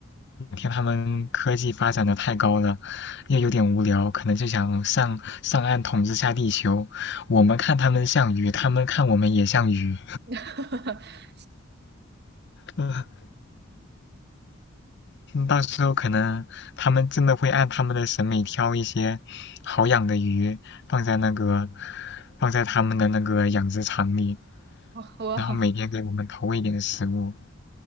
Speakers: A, on the left; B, on the right.
A: 哪天他们科技发展的太高了，又有点无聊，可能就想上上岸统治下地球。我们看他们像鱼，他们看我们也像鱼。
B: <laughs>
A: <laughs> 呵。到时候可能他们真的会按他们的审美挑一些好养的鱼，放在那个放在他们的那个养殖场里。
B: 哇哇！
A: 然后每天给我们投喂点食物。